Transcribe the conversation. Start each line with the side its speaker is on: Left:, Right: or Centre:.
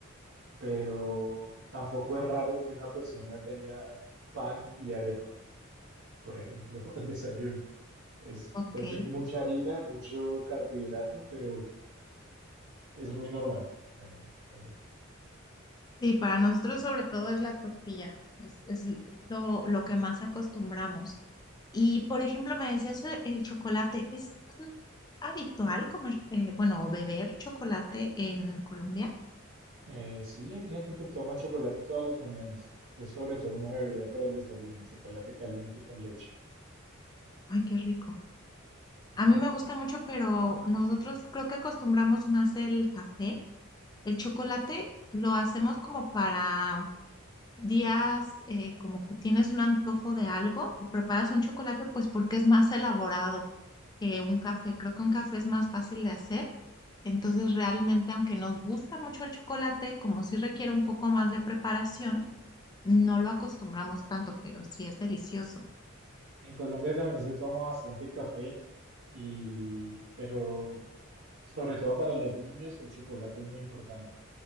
Right: pero tampoco es raro que una persona tenga pan y arepa. por ejemplo, <laughs> al desayuno. Es,
Left: Ok.
Right: creo que es mucha harina, mucho carbohidrato, pero es muy normal también, también.
Left: Sí, para nosotros sobre todo es la tortilla. Es, es lo lo que más acostumbramos. Y, por ejemplo, me decías eh, el chocolate, ¿es mm, habitual comer, eh, bueno, o beber chocolate en Colombia?
Right: Eh, sí, hay gente que toma chocolate todas las mañanas. Es sobre todo una bebida para el desayuno, chocolate caliente con leche.
Left: Ay, qué rico.
Right: Ajá.
Left: A mí me gusta mucho, pero nosotros creo que acostumbramos más el café. El chocolate lo hacemos como para días, eh, como que tienes un antojo de algo, te preparas un chocolate, pues porque es más elaborado que un café. Creo que un café es más fácil de hacer Entonces, realmente, aunque nos gusta mucho el chocolate, como sí requiere un poco más de preparación, no lo acostumbramos tanto, pero sí es delicioso.
Right: En Colombia también se toma bastante café y, pero sobre todo para los niños el chocolate es muy importante.